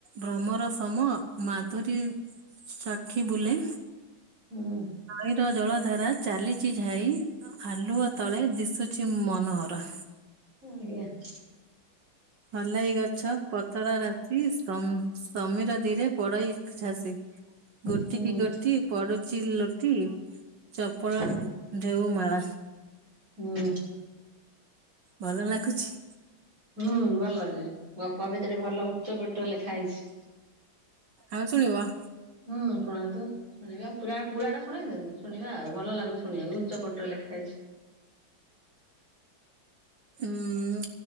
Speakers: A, on the right; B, on the right.
A: ଭ୍ରମର ସମ ମାଧୁରୀ ଚାକ୍ଷୀ ବୁଲେ।
B: ହୁଁ।
A: ନଈ ର ଜଳ ଧାରା ଚାଲିଛି ଝାଇ ଆଲୁଅ ତଳେ ଦିଶୁଚି ମନୋହରା
B: <unintelligible>
A: ହଲାଇ ଗଛ ପତରା ରାଶି ସମ୍ ସମୀର ଧିରେ ପଡଇ ଛାସି ଗୋଟି
B: ହୁଁ
A: କି ଗୋଟି ପଡୁଛି ଲୋଟି ଚପଳ
B: ହୁଁ।
A: ଢେଉମାଳା
B: ହୁଁ।
A: ଭଲ ଲାଗୁଛି।
B: ହୁଁ ଭଲ ଅଛି ଗପ ଭିତରେ ଭଲ ଉଚ୍ଚ କୋଟି ର ଲେଖା ହେଇଛି।
A: ଆଉ ଶୁଣିବ।
B: ହୁଁ ଶୁଣାନ୍ତୁ। ଶୁଣିବା ପୁରା ପୁରାଟା ଶୁଣେଇ ଦିଅନ୍ତୁ ଶୁଣିବା ଆଉ ଭଲ ଲାଗୁଛି ଶୁଣିବାକୁ ଉଚ୍ଚ କୋଟିର ଲେଖା ହେଇଛି।
A: ଉଁ